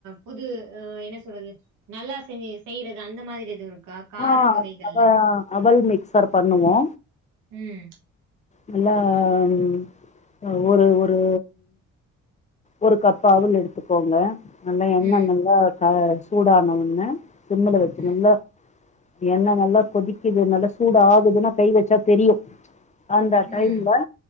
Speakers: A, on the right; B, on the left.
A: புது அ என்ன சொல்றது நல்லா செ செய்யிறது அந்த மாதிரி எதுவு இருக்கா காரம்
B: ஆ
A: வகைகள்ல
B: அத அவல் மிக்சர் பண்ணுவோ
A: ம்
B: நல்லா ம் ஒரு ஒரு ஒரு கப் அவுள் எடுத்துக்கோங்க நல்ல எண்ணெ
A: ம்
B: நல்ல சூடான ஆனா உடனே சிம்மள வைக்கணும்ல்ல
A: ம்
B: எண்ண நல்லா கொதிக்குது நல்லா சூட ஆகுதுன்னா கை வச்சா தெரியும் அந்த
A: ம்
B: டைம்ல